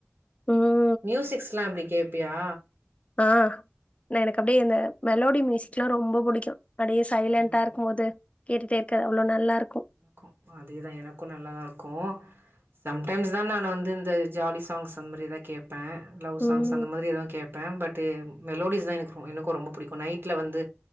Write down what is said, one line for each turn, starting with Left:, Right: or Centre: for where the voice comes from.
Left: ம்
Right: மியூசிக்ஸ்லா‌ எப்டி கேப்பியா
Left: ஆ இன்ன எனக்கு அப்டியே இந்த மெலோடி மியூசிக்ல்லா ரொம்ப புடிக்கு அப்டியே சைலெண்டா
Right: ம்
Left: இருக்கும்போது கேட்டுட்டே இர்க்க அவ்ளோ நல்லாருக்கு
Right: கு அதேதா எனக்கு நல்லாதா இருக்கு சம்டைம்ஸ் தா நானு வந்து இந்த ஜாலி சாங்ஸ் அந்த மாரி ஏதா கேப் பே லவ்
Left: ம்
Right: சாங்ஸ் அந்த மாரி எதாத் கேப்பே பட்டு மெலோடிஸ்தா எனக் ரொம் எனக்கு ரொம்ப புடிக்கு நைட்ல வந்து